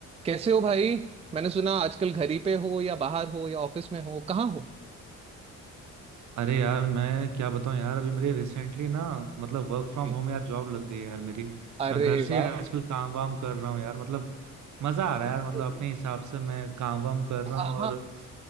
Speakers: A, on the right (about 20°); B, on the right (about 70°).
A: कैसे हो भाई मैंने सुना आजकल घर ही पे हो या बाहर हो या ऑफिस में हो कहाँ हो
B: अरे यार मैं क्या बताऊं यार अभी मेरे रिसेंटली ना मतलब वर्क फ्रॉम
A: जी।
B: होम यार जॉब लग गई है यार मेरी
A: अरे
B: मैं घर से
A: वाह
B: आजकल काम वाम कर रहा हूँ यार मतलब मजा आ रहा है यार मतलब
A: चलिए
B: अपने हिसाब से मैं काम वाम कर
A: आ-
B: रहा हूँ
A: हाँ
B: और